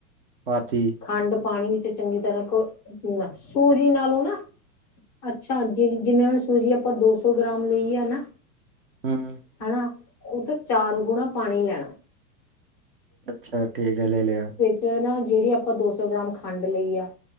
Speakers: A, on the right (about 40°); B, on the left (about 20°).
A: ਪਾਤੀ
B: ਖੰਡ ਪਾਣੀ ਵਿੱਚ ਚੰਗੀ ਤਰ੍ਹਾਂ <unintelligible> ਸੂਜੀ ਨਾਲੋਂ ਨਾ ਅੱਛਾ ਜੇੜੀ ਜਿਵੇਂ ਹੁਣ ਸੂਜੀ ਆਪਾਂ ਦੋ ਸੌ ਗ੍ਰਾਮ ਲਈਏ ਨਾ
A: ਹਮ-ਮ।
B: ਹੈਨਾ। ਉਹ ਤੇ ਚਾਰ ਗੁਣਾ ਪਾਣੀ ਲੈਣਾ।
A: ਅੱਛਾ ਠੀਕ ਹੈ ਲੈ ਲਿਆ।
B: ਚ ਨਾ ਜੇੜੀ ਆਪਾਂ ਦੋ ਸੌ ਗ੍ਰਾਮ ਖੰਡ ਲਈ ਆ।